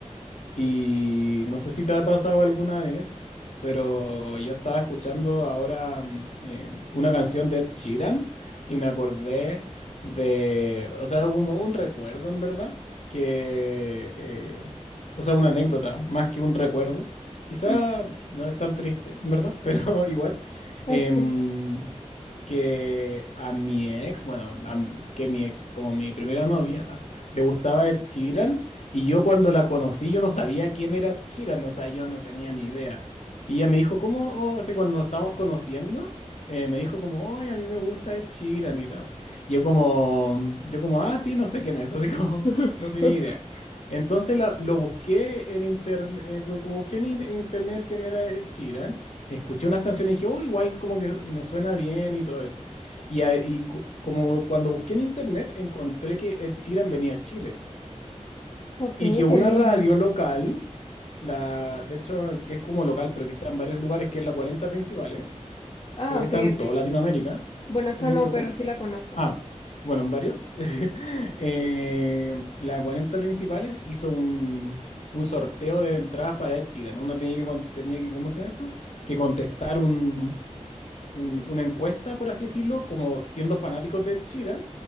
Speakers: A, on the left (about 65°); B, on the left (about 45°).
A: Y no sé si te ha pasado alguna vez, pero yo estaba escuchando ahora mm, eh, una canción de Ed Sheeran y me acordé de, o sea, como un recuerdo en verdad, que, eh, o sea, una anécdota más que un recuerdo. Quizá
B: Mm,
A: no es tan triste, en verdad, <laughs> pero igual.
B: Ok.
A: Em, que a mi ex, bueno, a m- que mi ex, como mi primera novia, le gustaba Ed Sheeran. Y yo cuando la conocí, yo no sabía quién era Chiran, o sea, yo no tenía ni idea. Y ella me dijo, ¿cómo? Oh, así cuando nos estábamos conociendo, eh, me dijo como, ay, a mí me gusta Ed Sheeran y la... we-". Y Yo como, yo como, ah, sí, no sé quién es, así como,
B: <laughs>
A: <laughs> no tenía idea. Entonces la- lo busqué en internet, busqué en, in- en internet quién era Ed Sheeran, escuché unas canciones y dije, oh, igual como que me suena bien y todo eso. Y, a- y cu- como cuando busqué en internet, encontré que Ed Sheeran venía a Chile.
B: Ok,
A: Y que una
B: qué lindo.
A: radio local, la, de hecho, que es como local, pero que está en varios lugares, que es la cuarenta principales,
B: Ah,
A: creo que
B: ok,
A: está en
B: ok.
A: toda Latinoamérica,
B: Bueno, acá
A: si no me
B: no,
A: equivoco.
B: pero sí la conozco.
A: Ah, bueno, en varios. <laughs> Eh, la 40 principales hizo un, un sorteo de entradas para Ed Sheeran. Uno tenía que, con- tenía que, ¿cómo se llama esto? Que contestar un, un- una encuesta, por así decirlo, como siendo fanáticos de Ed Sheeran,